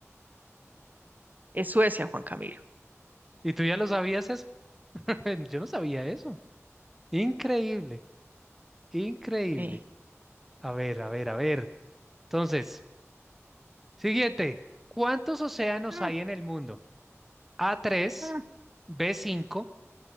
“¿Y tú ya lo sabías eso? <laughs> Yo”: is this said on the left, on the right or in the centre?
Centre